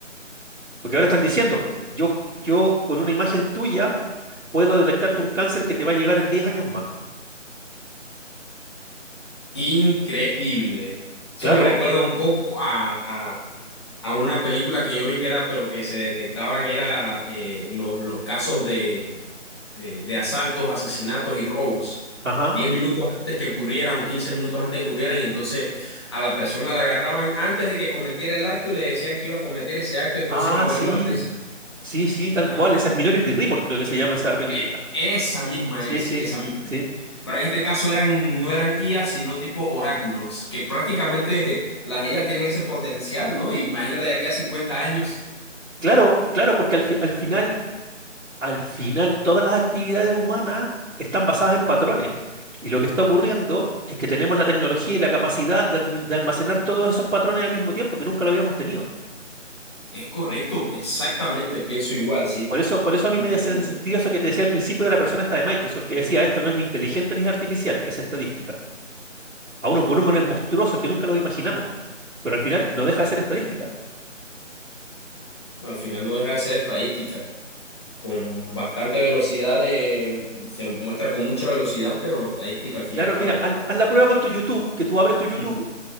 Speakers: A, on the right; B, on the left.
A: Porque ahora están diciendo, yo, yo con una imagen tuya puedo detectarte un cáncer que te va a llegar en diez años más.
B: Increíble. Eso
A: Claro,
B: me recuerda un poco a, a una película que yo vi que era, pero que se detectaban era eh, los, los casos de, de, de asaltos, asesinatos y robos.
A: ajá.
B: Diez minutos antes que ocurrieran o 15 minutos antes que ocurrieran y entonces a la persona la agarraban antes de que cometiera el acto y le decían que iba a cometer ese acto, entonces
A: Ah,
B: igual
A: sí,
B: iba presa.
A: sí, sí,
B: Ajá.
A: tal cual. Esa es Minority Report, creo que se llama esa película.
B: E- Esa misma
A: Sí,
B: es,
A: sí,
B: esa misma
A: sí.
B: es. Pero en este caso eran, no eran IA, sino tipo oráculos, que prácticamente <laughs> las IA tienen ese potencial, ¿no? Imagínate ya que a 50 años.
A: Claro, claro, porque al fi- al final, al final, todas las actividades humanas están basadas en patrones. Y lo que está ocurriendo es que tenemos la tecnología y la capacidad de, admi- de almacenar todos esos patrones al mismo tiempo, que nunca lo habíamos tenido.
B: Es correcto, exactamente, pienso igual, sí.
A: Por eso, por eso a mí
B: Increíble.
A: me hace sentido eso que te decía al principio de la persona esta de Microsoft, que decía, esto no es ni inteligente ni es artificial, es estadística. a unos volúmenes monstruosos que nunca los imaginamos, pero al final no deja de ser estadística.
B: Al final no deja de ser estadística. Con bastante velocidad de- se muestra con mucha velocidad, pero estadística al fin
A: Claro,
B: y al cabo.
A: mira, haz, haz la prueba con tu YouTube, que tú abres tu YouTube
B: Ujú.